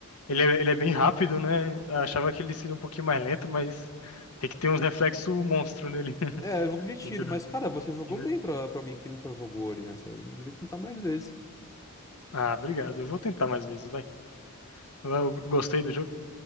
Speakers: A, on the left; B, on the left.
A: Ele é, ele é bem rápido, né? Eu achava que ele seria um pouquinho mais lento, mas tem que ter uns reflexos monstro nele. <laughs>
B: é jogo de tiro,
A: Ainda,
B: mas, cara, você jogou
A: ainda...
B: bem pra, pra alguém que nunca jogou ali, né? Você devia tentar mais vezes.
A: Ah, obrigado. Eu vou tentar mais vezes, vai. Eu gostei do jogo.